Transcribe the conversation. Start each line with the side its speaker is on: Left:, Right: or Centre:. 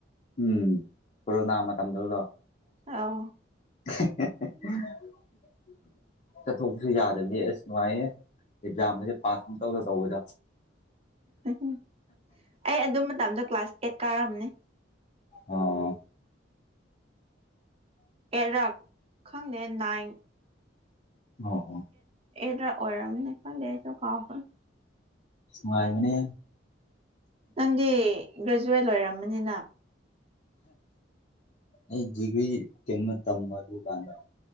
Left: ꯎꯝ ꯀꯣꯔꯣꯅꯥ ꯃꯇꯝꯗꯗꯣ
Right: ꯑ
Left: <unintelligible>
Right: <unintelligible>
Left: ꯆꯠꯊꯣꯛꯄꯁꯨ ꯌꯥꯗꯕꯗꯤ ꯑꯁ ꯅꯨꯡꯉꯥꯏꯌꯦ ꯑꯦꯛꯖꯥꯝꯒꯁꯦ ꯄꯥꯁ ꯐꯧ ꯇꯧꯗ ꯇꯧꯕꯗ
Right: ꯎ ꯑꯩ ꯑꯗꯨ ꯃꯇꯝꯗ ꯀ꯭ꯂꯥꯁ ꯑꯦꯠ ꯀꯥꯔꯝꯅꯦ
Left: ꯑꯣ
Right: ꯑꯦꯔꯥꯛ ꯈꯪꯗꯦ ꯅꯥꯏꯟ
Left: ꯑꯣ ꯑꯣ
Right: ꯑꯦꯗꯔ ꯑꯣꯔꯝ ꯂꯩꯁꯨ ꯀꯥꯎ ꯈ
Left: ꯁꯉꯥꯏ ꯃꯅꯤ
Right: ꯅꯪꯗꯤ ꯒ꯭ꯔꯦꯖꯨꯋꯦꯠ ꯂꯣꯏꯔꯝꯕꯅꯤꯅ
Left: ꯑꯩ ꯖꯤꯒꯔꯤ ꯀ ꯊꯝ ꯃ ꯀꯥꯟꯗ